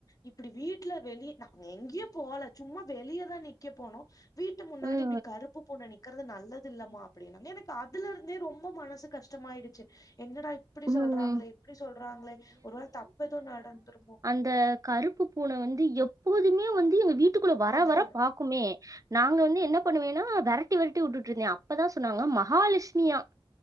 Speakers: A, on the left; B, on the right.
A: இப்டி வீட்ல வெளிய நாங்க எங்கேயு போல சும்மா வெளியதா நிக்க போனோ வீட்டுக்கு முன்னாடி
B: ம்,
A: இப்டி கருப்பு பூன நிக்கறது நல்லது இல்லமா அப்டின்னாங் எனக்கு அதுல இருந்தே ரொம்ப மனசு கஷ்டமாயிடுச்சு என்னடா இப்டி
B: ம்.
A: சொல்றாங்களே இப்டி சொல்றாங்களே ஒரு வேல தப்பு எதுவு நடந்துருக்குமோ
B: இந்த கருப்பு பூன வந்து எப்போதுமே வந்து எங்க வீட்டுக்குள்ள வர
A: அது
B: வர பாக் குமே நாங்க வந்து என்ன பண்ணுவேனா வெரட்டி வெரட்டி வுட்டுட்டு இருந்தே அப்பதா சொன்னாங்க மகாலெஷ்மியா